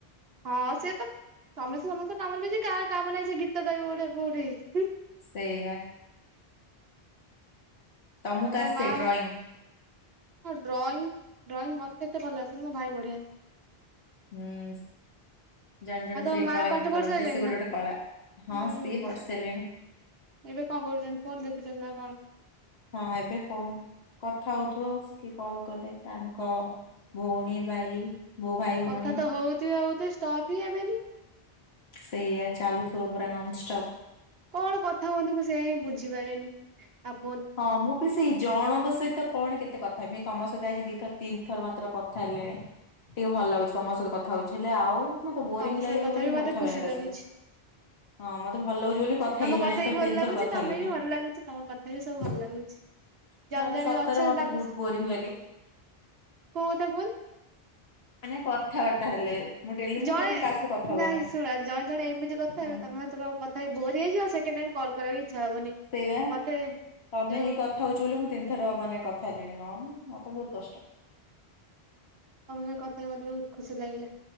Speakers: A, on the right; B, on the left.
A: ହଁ ସେ ତ ସମସ୍ତେ ସମସ୍ତଙ୍କ କାମରେ ବିଜି। କାହାର କାମ ନାହିଁ ସେ ଗୀତ ଗାଇେ ବ ଗୋଟେ କଉଠି?
B: ସେଇଆ। ତମକୁ
A: ଆଉ ତମ
B: ଆସେ
A: ମା। ହଁ।
B: ଡ୍ରଇଂ?
A: ଡ୍ରଇଂ ଡ୍ରଇଂ ମତେ ଏତେ ଭଲ ଆସେନି, ମୋ ଭାଇ କି ବଢିଆ ଆସେ।
B: ହୁଁ। ଜଣେ ଜଣେ
A: ଆଉ ତୋ
B: ସେଇ
A: ମା
B: ଡ୍ରଇଂ
A: ପାଠ ପଢି
B: କରନ୍ତି।
A: ସାରିଲେଣି
B: ସିଏ ଗୋଟେ
A: ନା?
B: ଗୋଟେ କଳା।
A: ହୁଁ
B: ହଁ ସିଏ ବଟ ସାରିଲେଣି।
A: ଏବେ କଣ କରୁଚନ୍ତି ଫୋନ୍ ଦେଖୁଚନ୍ତି ନା କଣ?
B: ହଁ, ଏବେ ଫୋନ୍ କଥା ହଉଥିବ କି କଲ କଲେ ତାଙ୍କ ଭଉଣୀ ଭାଇ ମୋ ଭାଇ ଭଉଣୀ
A: କଥା ତ ହଉଥିବେ ହଉଥିବେ ଷ୍ଟପ୍ ହିଁ ହେବେନି।
B: ସେଇଆା ଚାଲୁଥିବ ପୁରା ନନଷ୍ଟପ୍।
A: କଣ କଥା ହୁଅନ୍ତି ମୁଁ ସେୟା ହିଁ ବୁଝିପାରେନି ଆପ୍
B: ହଁ- ମୁଁ ବି ସେଇ ଜଣଙ୍କ ସହିତ କଣ କେତେ କଥା ହେବି ତମ ସହିତ ଆଜି ଦିଥର ତିନିଥର ମାତ୍ର କଥା ହେଲିଣି ଟିକେ ଭଲ ଲାଗୁଚି ତମ ସହିତ କଥା ହଉଚି ହେଲେ ଆଉ ମତେ ବୋରିଙ୍ଗ୍
A: ତମ ସହ
B: ଲାଗିବ ବୋଲି
A: ବି
B: ମୁଁ
A: ମତେ
B: କଥା
A: ଖୁସି
B: ହୁଏନି କା
A: ଲାଗୁଛି।
B: ସହିତ। ହଁ ମତେ ଭଲ ଲାଗୁଚି ବୋଲି କଥା
A: ତମ
B: ହେଇଯିବାଣି ଏଥର
A: ବି ଭଲ
B: ତିନି
A: ଲାଗୁଛି
B: ଥର କଥା
A: ତମେ
B: ହେଲିଣି
A: ବି ଭଲ ଲାଗୁଛି ତମ କଥା ବି ସବୁ ଭଲ
B: ନହେଲେ
A: ଲାଗୁଛି। ଜଣେ ଜଣେ
B: ସତରେ
A: ଅଛନ୍ତି
B: ମୋତେ
A: ତାଙ୍କ
B: ବହୁତ୍ ବୋରିଙ୍ଗ୍ ଲାଗେ।
A: କଉ କଥା କୁହନି?
B: ମାନେ କଥାବାର୍ତ୍ତା ହେଲେ ମୁଁ ଡେଲି ମୁଁ
A: ଜଣେ
B: ଟୋଟାଲି କାହା ସହିତ କଥା ହୁଏନା
A: ନାଇଁ ଶୁଣ ଜଣେ ଜଣେ ଏମିତି କଥା
B: ହୁଁ
A: ହେବେ ତମେ <unintelligible> କ କଥା ହେଇ ବୋର୍ ହେଇଯିବ ଆଉ ସେକେଣ୍ଡ୍ ଟାଇମ୍ କଲ୍ କରିବାକୁ ଇଚ୍ଛା ହବନି।
B: ସେଇବା
A: ମତେ
B: ତମେ
A: ଯୋଉ
B: ହେଇ କ କଥା ହଉଚି ବୋଲି ମୁଁ ତିନି ଥର ମାନେ କଥା ହେଲିଣି ନହେଲେ ମତେ ବହୁତ୍ କଷ୍ଟ।
A: ତମ ସାଙ୍ଗେ କଥା ହେଇ ମତେ ବହୁତ୍ ଖୁସି ଲାଗିଲା।